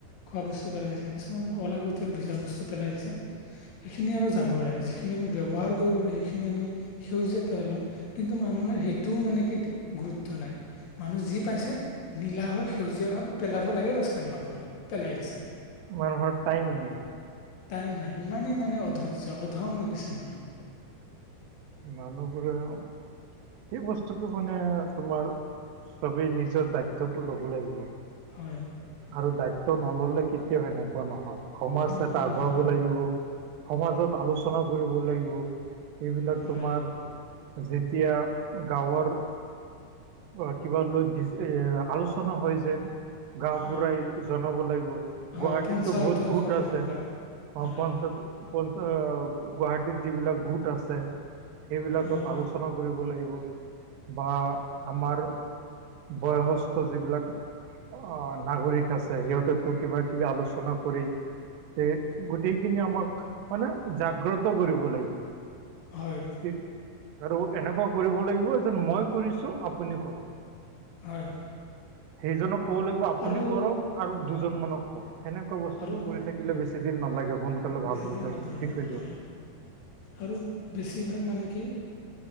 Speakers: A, on the left (about 75°); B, on the right (about 75°).
A: খোৱা বস্তু পেলাইছে। কিছুমান, অলাগতিয়াল ভিজা বস্তু পেলাইছে। সেইখিনি আৰু জাবৰে। যিখিনি আমি, ব্যৱহাৰ কৰিব পাৰোঁ, সেইখিনি আমি সেউজীয়াত পেলালোঁ। কিন্তু, মানুহৰ সেইটোও মানে, কি! গুৰুত্ব নাই। মানুহ যি পাইছে, নীলা হওঁক, সেউজীয়া হওঁক পেলাব লাগে বচ, পেলাব লাগে, পেলাই দিছে।
B: মানুহৰ টাইম নাই মানে।
A: টাইম নাই। ইমানেই মানে, অধৈৰ্য্য! অধম হৈ গৈছে মানুহ।
B: মানুহ বোৰেও সেই বস্তুটো মানে, তোমাৰ চবেই নিজৰ দায়িত্বটো ল'ব লাগিব।
A: হয়!
B: আৰু দায়িত্ব নল'লে, কেতিয়াও সেনেকুৱা নহয়। সমাজ
A: এনেকুৱা
B: এটা
A: নহয়
B: আগুৱাব লাগিব। সমাজত আলোচনা কৰিব লাগিব। এইবিলাক,
A: হয়
B: তোমাৰ যেতিয়া, গাঁৱৰ অ'! কিবা লৈ দিছে, আলোচনা হয় যেন। গাঁওবুঢ়াই
A: হয়
B: জনাব লাগিব। গুৱাহাটীততো
A: হয় পঞ্চায়তৰ
B: বহুত গোট
A: সভা
B: আছে।
A: কিবা
B: অ,
A: হয়
B: পঞ্চাত পঞ্চায় গুৱাহাটীত যিবিলাক গোট আছে। সেইবিলাকত
A: হয়
B: আলোচনা কৰিব লাগিব বা আমাৰ বয়সস্থ যিবিলাক অ, নাগৰিক আছে সিহঁতে তো কিবা- কিবি আলোচনা কৰি তে গোটেইখিনি আমাক মানে জাগ্ৰত কৰিব লাগিব।
A: হয়।
B: তি আৰু এনেকুৱা কৰিব লাগিব যেন মই কৰিছো আপুনি কৰক।
A: হয়
B: সেইজনক কব লাগিব আপুনি
A: আৰু
B: কৰক। আৰু দুজনমানক ক' ক সেনেকুৱা বস্তুটো
A: আৰু
B: কৰি থাকিলে বেছি দিন নালাগেওঁ সোনকালে
A: বেছি
B: ভাল হৈ
A: দিন
B: যাব
A: নালাগে
B: ঠিক হৈ
A: হয়
B: যোৱা।
A: আৰু বেছিভাগ মানে কি